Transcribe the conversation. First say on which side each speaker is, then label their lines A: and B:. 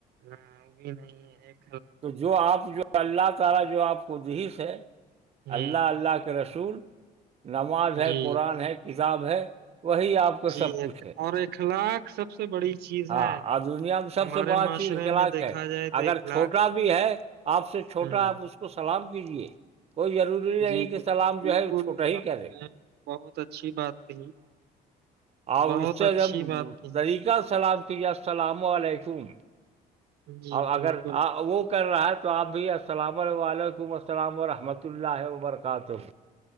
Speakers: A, on the right; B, on the right.
A: نہ وہ بھی نہیں ہے ایک
B: تو جو اپ جو اللہ تعالی جو اپ کو جس ہے
A: ہوں
B: اللہ اللہ کے رسول نماز ہے
A: جی
B: قرآن ہے کیا کتاب ہے وہی آپ کو
A: جی
B: سب پوچھے
A: ایک- اور اخلاق سب سے بڑی چیز
B: ہاں
A: ہے
B: آج دنیا میں سب
A: ہمارے
B: سے بڑا
A: معاشرے
B: چیز کلاج
A: میں دیکھا
B: ہے
A: جائے تو
B: اگر
A: اخلاق
B: چھوٹا بھی ہے آپ سے چھوٹا
A: ہوں
B: آپ اس کو سلام کیجیے کوئی ضروری نہیں
A: جی
B: کہ
A: بال-
B: سلام
A: بالکل
B: جو ہے وہ چھوٹا ہی کر
A: آپ
B: لے
A: نے بہت اچھی بات کہی
B: آپ
A: بہت
B: اس سے
A: اچھی
B: ا
A: بات کہی
B: طریقہ سلام کیجیے السلام علیکم
A: جی
B: اور
A: بالکل
B: اگر وہ کر رہا ہے تو آپ بھی السلام علیکم السلام ورحمۃ اللہ وبرکاتہ